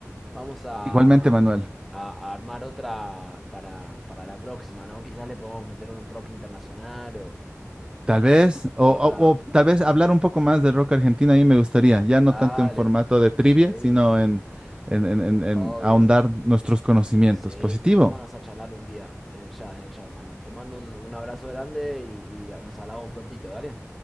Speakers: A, in the centre; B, on the right.
A: Vamos a,
B: Igualmente, Manuel.
A: a- a armar otra para, para la próxima, ¿no? Quizás le podemos meter un rock internacional o
B: Tal vez,
A: o
B: o,
A: otra.
B: o- o tal vez hablar un poco más del rock argentino a mí me gustaría, ya
A: Dale.
B: no tanto en formato de trivia,
A: Sí,
B: sino en, en, en, en en
A: obvio.
B: ahondar nuestros conocimientos.
A: Sí,
B: Positivo.
A: juntémonos a charlar un día. Desde ya, desde ya, hermano. Te mando un, un abrazo grande y, y nos hablamos prontito, ¿dale?